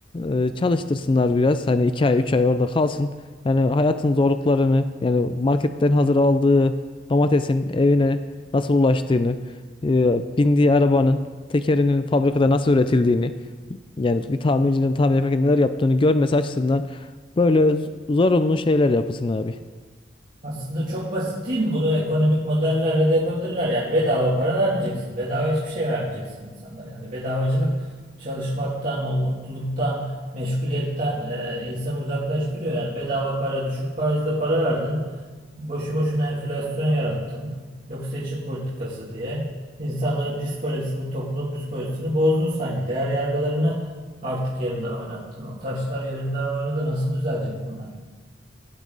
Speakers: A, on the left; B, on the right.
A: e, çalıştırsınlar biraz. Hani 2 ay 3 ay orada kalsın. Yani hayatın zorluklarını yani marketten hazır aldığı domatesin evine nasıl ulaştığını, e, bindiği arabanın tekerinin fabrikada nasıl üretildiğini yani bir tamircinin tamir yaparken neler yaptığını görmesi açısından böyle z- zorunlu şeyler yapılsın abi.
B: Aslında çok basit değil mi? Bunu ekonomik modellerle de yapabilirler. Yani bedava para vermeyeceksin. Bedava hiçbir şey vermeyeceksin insanlara. Yani bedavacılık çalışmaktan, o mutluluktan, meşguliyetten e, insanı uzaklaştırıyor. Yani bedava para, düşük faizle para verdin. Boşu boşuna enflasyon yarattın. Yok seçim politikası diye. İnsanların psikolojisini, toplumun psikolojisini bozdun sanki. Değer yargılarını artık yerinden oynattın. O taşlar yerinden oynadı. Nasıl düzelecek bunlar?